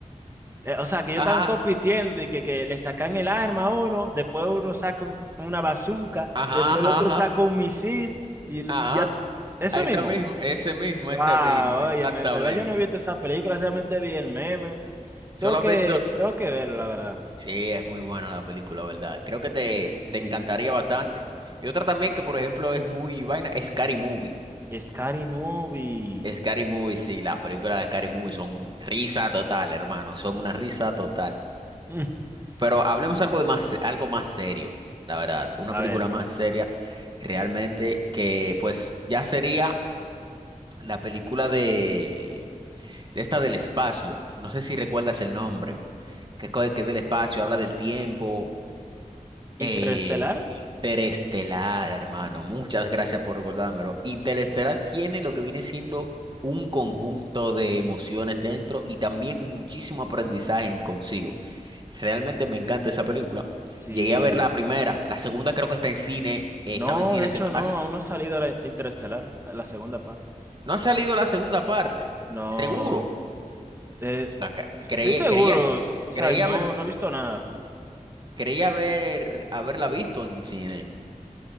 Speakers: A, on the right; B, on the right.
A: eh, o sea, que ellos
B: Ajá,
A: están compitiendo, de que, que le sacan el arma a uno, después uno saca un- una bazooka,
B: ajá,
A: después
B: ajá,
A: el otro
B: ajá,
A: saca un misil y, l-
B: ajá,
A: y ya, t- ese
B: a ese
A: mismo.
B: mismo, ese mismo,
A: Wow,
B: ese mismo, exactamente.
A: oye, en verdad yo no he visto esa película, solamente vi el meme.
B: Solo
A: Tengo
B: has
A: que,
B: visto...
A: tengo que verlo, la verdad.
B: Sí, es muy buena la película, ¿verdad? Creo que te,
A: Y
B: te encantaría bastante. Y otra también que, por ejemplo, es muy vaina, es Scary Movie.
A: Scary Movie.
B: Scary Movie, sí, las películas de Scary Movie son risa total, hermano, son una risa total.
A: <laughs>
B: Pero hablemos algo de más, algo más serio, la verdad, una
A: A
B: película
A: ver,
B: más seria, realmente, que pues ya sería la película de, de esta del espacio, no sé si recuerdas el nombre, que es co- que es del espacio, habla del tiempo,
A: ¿Interestelar?
B: Eh, Interestelar, hermano. Muchas gracias por recordármelo. Interestelar tiene lo que viene siendo un conjunto de emociones dentro y también muchísimo aprendizaje en consigo. Realmente me encanta esa película.
A: Sí.
B: Llegué a ver la primera, la segunda creo que está en cine, eh,
A: No,
B: estaba en cine.
A: de
B: hace-
A: hecho
B: no,
A: no,
B: hace-
A: aún no ha salido la Interestelar, la segunda parte.
B: no ha salido la segunda parte,
A: No.
B: seguro.
A: Eh,
B: Acá-
A: estoy
B: Creí,
A: seguro,
B: creía,
A: o sea,
B: creía
A: no,
B: haber,
A: no he visto nada.
B: creía haber, haberla visto en cine.